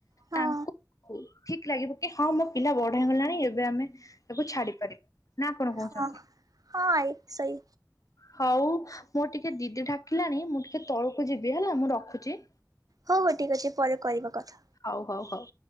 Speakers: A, on the right (about 55°); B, on the left (about 50°).
A: ହଁ
B: ତାଙ୍କୁ ଠିକ ଲାଗିବ କି ହଁ ମୋ ପିଲା ବଢ଼ା ହେ ହୋଇଗଲାଣି ଏବେ ଆମେ ତାକୁ ଛାଡି ପାରିବି ନା କଣ କହୁଛନ୍ତି।
A: ହଁ ହଁ ଆଇ ସେଇ
B: ହଉ ମୋ ଟିକେ ଦିଦି ଢାକିଲାଣି ମୁଁ ଟିକେ ତଳକୁ ଯିବି ହେଲା ମୁଁ ରଖୁଛି।
A: ହଉ ହଉ ଠିକ୍ ଅଛି ପରେ କରିବା କଥା
B: ହଉ ହଉ ହଉ।